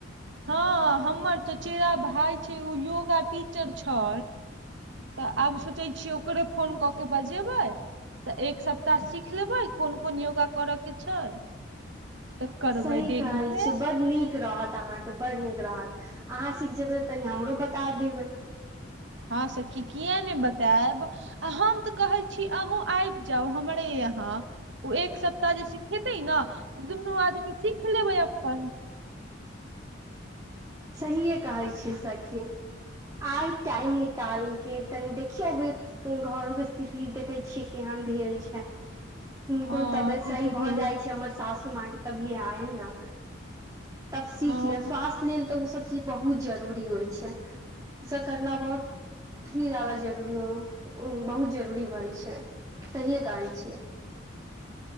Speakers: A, on the right (about 70°); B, on the right (about 15°).
A: हँ हमर चचेरा भाय छै ओ योगा टीचर छै तऽ आब सोचै छियै ओकरे फोन कऽ के बजेबै तऽ एक सप्ताह सीख लेबै कोन - कोन योगा करय के छै तऽ करबै
B: सही
A: डेली
B: कहैत
A: से
B: छीयय बड नीक रहत तऽ अहाँके बड्ड नीक रहत अहाँ सीख जेबै तनि हमरो बता देबै
A: हँ सखी किया ने बतायब आ हम तऽ कहै छी अहूँ आबि जाउ हमरे यहाँ ओ एक सप्ताह जे सिखेतै ने तऽ दुनू आदमी सीख लेबै अपन
B: सहिए कहै छियै सखी आइ टाइम निकाल के तनि देखियौभी त घरो के स्थिति देखै छियै केहन भेल छै हुनको
A: हँ
B: तबियत सही
A: ई तऽ
B: भऽ
A: भेले
B: जाइ छै हमर सासू माँके तभिए आयब न तब सीख
A: हँ
B: लेब स्वास्थ्य लेल तऽ ओसभ चीज बहुत जरूरी होइ छै ओसभ करना बहुत ी आबऽ जरूरी हो बहुत जरूरी भई छै सहि कहै छियै